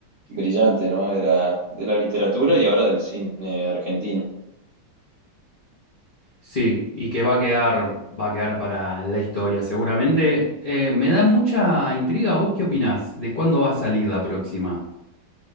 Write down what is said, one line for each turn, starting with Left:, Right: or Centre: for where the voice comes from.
Right: brillante, ¿no? De la, de la literatura y ahora del cine argentino.
Left: Sí, y que va a quedar, va a quedar para la historia seguramente. Eh, me da mucha intriga, ¿vos qué opinás? ¿De cuándo va a salir la próxima?